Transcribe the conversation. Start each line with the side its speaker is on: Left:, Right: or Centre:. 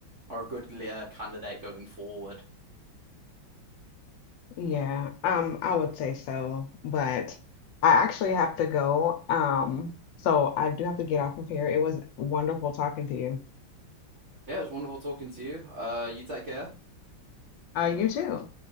Right: are a good uh, candidate going forward.
Left: Yeah, um, I would say so, but I actually have to go. Um, so I do have to get off of here. It was wonderful talking to you.
Right: Yeah, it was wonderful talking to you. Uh, you take care.
Left: Uh, you too.